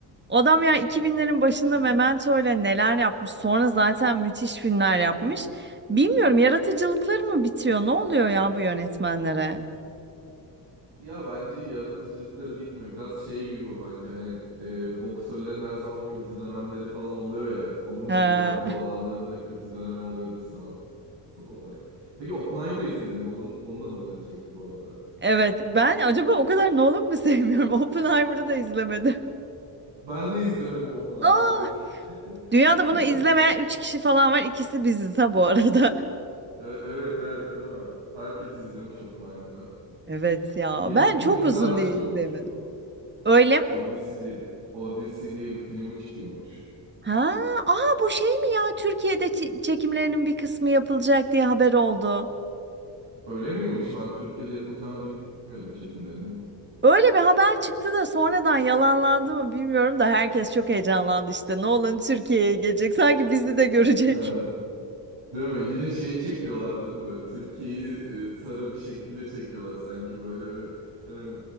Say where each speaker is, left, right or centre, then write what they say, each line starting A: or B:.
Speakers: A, on the right; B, on the right.
A: adam ya 2000'lerin başında
B: Ha.
A: Memento ile neler yapmış, sonra zaten müthiş filmler yapmış. Bilmiyorum yaratıcılıkları mı bitiyor? Ne oluyor ya bu yönetmenlere?
B: Ya bence yaratıcılıkları bitmiyor. Biraz şey gibi bu bence hani e, boksörlerin her zaman kötü dönemleri falan oluyor ya. Onun
A: Ha,
B: gibi belki o adamların da kötü dönemi oluyordur sanatsal olarak. Peki Oppenheimer'ı izledim ben. Onun, onu da Nolan çekti bu arada.
A: evet ben acaba o kadar Nolan mı sevmiyorum?
B: Hı.
A: <laughs> Oppenheimer'ı da izlemedim.
B: Ben de izlemedim Oppenheimer'ı.
A: Aa!
B: <laughs>
A: Dünyada bunu izlemeyen 3 kişi falan var. İkisi biziz ha bu arada. <laughs>
B: E- Evet evet değil mi? Herkes izlemiş Oppenheimer'ı.
A: Evet ya.
B: Yeni
A: Ben
B: bir filmi
A: çok uzun
B: daha çıkıyormuş
A: diye izleyemedim.
B: bu arada.
A: Öyle mi?
B: Odyssey diye, Odyssey diye bir filmi çıkıyormuş.
A: Ha, aa bu şey mi ya? Türkiye'de çe- çekimlerinin bir kısmı yapılacak diye haber oldu.
B: Öyle miymiş? Ben Türkiye'de yapılacağını bilmiyordum çekimlerinin.
A: Öyle bir haber çıktı da sonradan yalanlandı mı bilmiyorum da herkes çok heyecanlandı işte. Nolan Türkiye'ye gelecek. Sanki bizi de görecek.
B: E,
A: <laughs>
B: değil mi? Yine şey çekiyorlar değil mi? Böyle Türkiye'yi e, sarı bir şekilde çekiyorlar. Sanki böyle bir hani